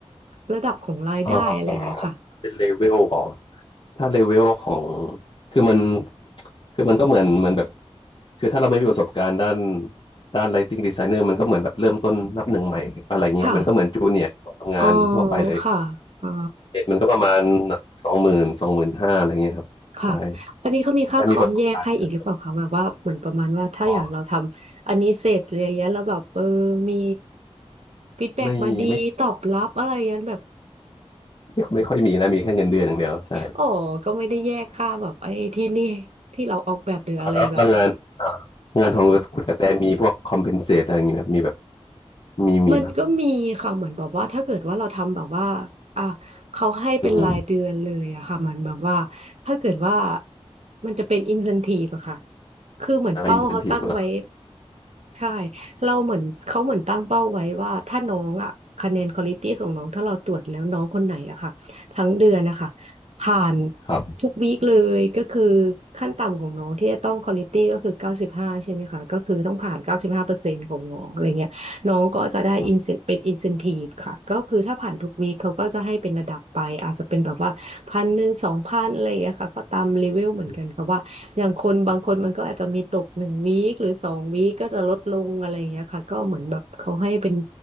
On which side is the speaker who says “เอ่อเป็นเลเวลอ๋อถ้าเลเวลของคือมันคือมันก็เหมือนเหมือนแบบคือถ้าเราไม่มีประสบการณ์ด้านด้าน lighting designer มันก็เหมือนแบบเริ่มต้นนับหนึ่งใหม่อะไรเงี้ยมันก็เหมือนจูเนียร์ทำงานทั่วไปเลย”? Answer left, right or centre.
Left